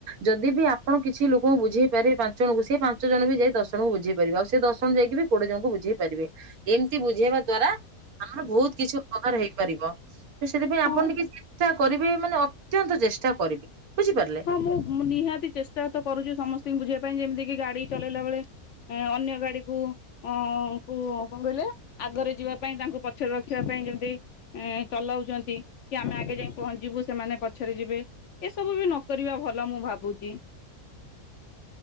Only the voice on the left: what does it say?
ହଁ
ହଁ ମୁଁ ନିହାତି ଚେଷ୍ଟା ତ କରୁଛି ସମସ୍ତଙ୍କୁ ବୁଝିବା ପାଇଁ ଯେମିତିକ ଗାଡି ଚଲେଇଲା ବେଳେ ଅନ୍ୟ ଗାଡିକୁ ଅ କ କଣ କହିଲେ ଆଗରେ ଯିବା ପାଇଁ ତାଙ୍କୁ ପଛରେ ରଖିବା ପାଇଁ ଯେମିତି ଏ ଚଲାଉଛନ୍ତି କି ଆମେ ଆଗେ ଯାଇ ପହଞ୍ଚିବୁ ସେମାନେ ପଛରେ ଯିବେ ଏସବୁ ବି ନ କରିବା ଭଲ ମୁଁ ଭାବୁଛି।